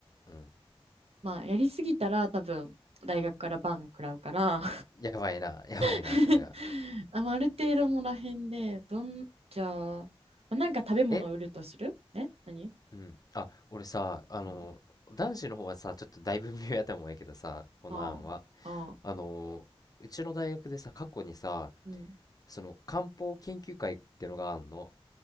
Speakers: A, on the left; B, on the right.
A: うん。
B: まあ、やりすぎたら多分、大学からバン食らうから
A: やばいな、やばいな、
B: <laughs>
A: それは。
B: あの、まあある程度もらへんで、どん、じゃあ、まあなんか食べ物を売るとするえ何
A: えうん。あ、俺さ、あの男子の方はさ、
B: うん。
A: ちょっとだいぶ微妙やと思うんやけどさ、この案は。
B: ああ、ああ、
A: あのうちの大学でさ、過去にさ、
B: うん。
A: その漢方研究会ってのがあるの